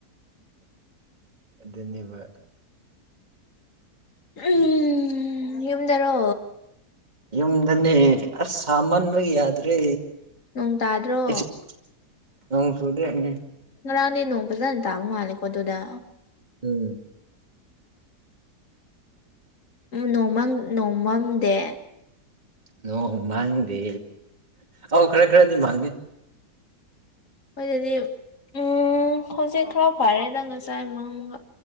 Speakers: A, on the right; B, on the left.
A: ꯟꯕꯗ
B: ꯎꯝ ꯌꯃꯗꯔꯣ
A: ꯌꯨꯝꯗꯅꯦ ꯑꯁ ꯁꯥꯃꯟꯕ ꯌꯥꯗ꯭ꯔꯦ
B: ꯅꯣꯡ ꯇꯥꯗ꯭ꯔꯣ
A: ꯑꯩꯁꯨ ꯅꯣꯡ ꯆꯨꯗꯦ ꯎꯝ
B: ꯔꯥꯅꯤ ꯅꯍ ꯄꯨꯖꯅꯤ ꯊꯥꯕ ꯍꯥꯂꯦꯀ ꯑꯗꯨꯗꯨꯗ
A: ꯎꯝ
B: ꯅꯃ ꯅꯣꯡꯃꯝꯗꯦ
A: ꯅꯣꯡ ꯃꯥꯡꯗꯦ ꯑꯧ ꯈꯔ ꯈꯔꯗꯤ ꯃꯥꯡꯉꯦ
B: ꯑꯗꯨꯣꯏꯗꯗꯤ ꯎ ꯍꯧꯖꯤꯛ ꯈꯔ ꯐꯔꯦ ꯅꯪ ꯉ ꯆꯥꯏ ꯑꯃ ꯑꯃꯒ